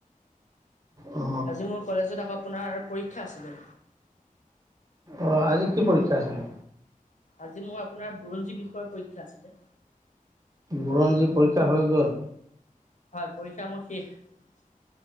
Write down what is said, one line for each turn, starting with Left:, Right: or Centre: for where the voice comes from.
Right: অ
Left: আজি মোৰ কলেজত আপোনাৰ পৰীক্ষা আছিলে
Right: অ আজি কি পৰীক্ষা আছিলে
Left: আজি মোৰ আপোনাৰ বুৰঞ্জী বিষয়ৰ পৰীক্ষা আছিলে
Right: বুৰঞ্জী পৰীক্ষা হৈ গ'ল
Left: হয় পৰীক্ষা মোৰ শেষ